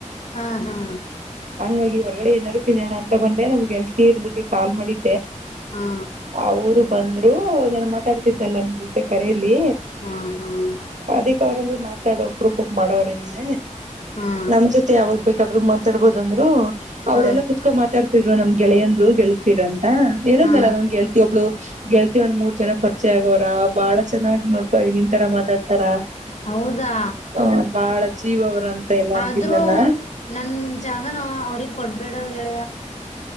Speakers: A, on the left; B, on the right.
A: ಹಾ ಹಾ
B: ಹಂಗ ಹೊರಗಡೆ ಏನಾದಾರರು ತಿನ್ನೋಣ ಅಂತ ಬಂದೆ ನಮ್ಗೆಲ್ತಿ ಇರ್ದ ಕಾ ಮಾಡಿ
A: ಹಾ
B: ಅವರು ಬಂದರು ನನ್ ಮಾತಾಡ್ತಿದ್ದಲ್ಲ ಅಂತ ಕರಲಿ
A: ಹಾ ಹಾ
B: ಅಧಕ್ ಅವ್ರಂದ್ರು ಮಾತಾಡೋ ಉರುೂಪಕ್ ಮಾಡೋರಂಗ
A: ಹಾ
B: ನಮ್ ಜೊತೆ ಯಾವಾಗ ಬೇಕಾದ್ರು ಮಾತಾಡ್ಬೋದಂದ್ರು ಅವರೆಲ್ಲ
A: ಹಾ
B: ಕುತ್ಕೊಂಡ ಮಾತಾಡ್ತಿರ್ ನಮ್ ಗೆಳೆಯಂದರು ಗೆಳ್ತತಿರ ಅಂತ ಇರದಲ್ಲ
A: ಹಾ
B: ನಮಗೆೇಳ್ತೀ ಒಬ್ಳು ಗೆಲ್ತಿ ಒಂದ್ ಮೂರ್ ಜನ ಖರ್ಚಿ ಆಗೋರ ಬಾಳ ಚೆನ್ನಾಗಿ ನೋಡ್ಕ ನಿನ್ ತರ ಮಾತಾಡ್ತಾರ
A: ಹೌದಾ
B: ಆ ಬಾಳ ಜೀವ ಅವ್ರ ಅಂತ ಎಲ್ಲಾ ಅಂತಿದ್ನಲ್ಲ
A: ಆದ್ರೂ ನನ್ ಜಾಗನ ಅವ್ರಗ್ ಕೊಡ್ಬೇಡ ಹೇಳ